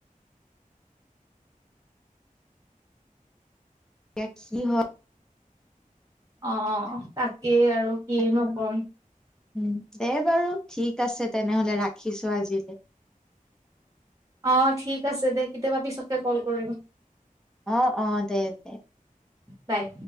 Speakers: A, in the centre; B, on the right.
A: এতিয়া কি হ
B: অ' তাকেই আৰু, কিনো
A: তাকে
B: ক'ম।
A: উম, দে বাৰু, ঠিক আছে তেনেহ'লে ৰাখিছোঁ আজিলে।
B: অ' ঠিক আছে দে, কেতিয়াবা পিছতকে কল কৰিম।
A: অ', অ', দে, দে।
B: বাই।